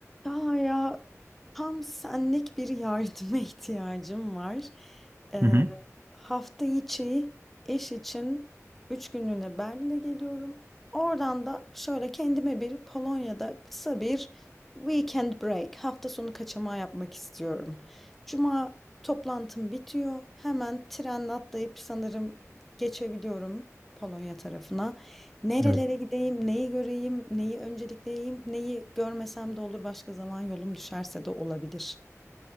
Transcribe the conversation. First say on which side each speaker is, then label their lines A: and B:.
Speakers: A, in the centre; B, on the right.
A: Ya ya tam senlik bir yardıma <laughs> ihtiyacım var. Ee,
B: Hı hı.
A: hafta içi iş için üç günlüğüne Berlin'e geliyorum. Oradan da şöyle kendime bir Polonya'da kısa bir weekend break, hafta sonu kaçamağı yapmak istiyorum. Cuma toplantım bitiyor. Hemen trenle atlayıp sanırım geçebiliyorum Polonya tarafına. Nerelere
B: Evet.
A: gideyim, neyi göreyim, neyi öncelikleyeyim, neyi görmesem de olur başka zaman yolum düşerse de olabilir.